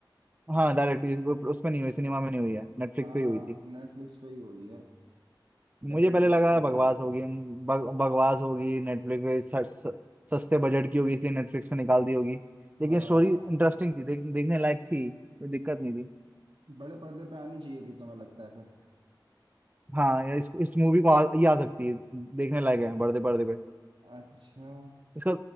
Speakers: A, on the right (about 20°); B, on the right (about 80°).
A: हाँ डायरेक्ट उसमें नहीं हुई सिनेमा में नहीं हुई है नेटफ्लिक्स
B: हाँ
A: पे ही हुई थी
B: नेटफ्लिक्स पे ही हुई है वैसे
A: मुझे पहले
B: बढ़िया
A: लगा
B: तो लग
A: बकवास
B: रही है
A: होगी बग, बकवास होगी नेटफ्लिक्स पे सस- स- सस्ते बजट की होगी इसलिए नेटफ्लिक्स पे निकाल दी होगी लेकिन
B: हाँ
A: स्टोरी इंटरेस्टिंग थी देख, देखने लायक थी कोई दिक्कत नहीं थी
B: बड़े पर्दे पे आनी चाहिए थी तुम्हें लगता है फिर
A: हाँ ये- इस इस मूवी को आ, ये आ सकती है देखने लायक है बड़े पर्दे पे
B: अच्छा
A: इसका